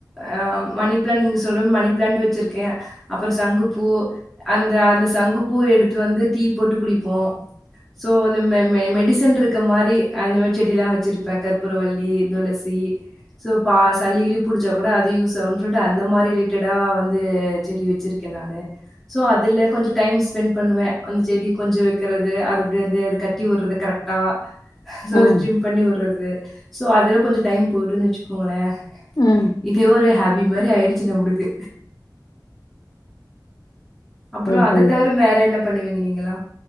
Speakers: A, in the centre; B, on the left.
A: அ மணி பிளாண்ட் நீங்க சொல்ற மணி பிளாண்ட் வச்சிருக்கே அப்றோ சங்குப்பூ அந்த அந்த சங்குப்பூ எடுத்துட்டு வந்து டீ போட்டு குடிப்போ சோ இந்த மெ மெ மெடிசன் இருக்க மாரி அந்த மாரி செடிலாம் வச்சிரு ப்பே கற்பூரவள்ளி துளசி ஸோ பா சளி கிளி புடிச்சா கூட அது யூஸ் ஆகுன் சொல்ட்டு அந்த மாரி ரிலேட்டடா வந்து செடி வச்சிரு க்கே நானு ஸோ அதுல கொஞ்ச டைம் ஸ்பெண்ட் பண்ணுவே அந்த செடி கொஞ்ச வைக்கிறது அது அப்டி வந்து அது கட்டிவிட்றது கரெக்ட் டா சோ
B: ம்
A: அது ட்ரிம்ப் பண்ணி உட்றது சோ அதுல கொஞ்ச டைம் போய்டுன் வச்சுக்கோங்களே
B: ம்
A: இதே ஒரு ஹாப் பி மாரி ஆயிடுச்சு நம்ளுக்கு அப்புற
B: ம்
A: அத
B: ம்
A: தவிர வேற என்ன பண்ணுவீங்க நீங்களா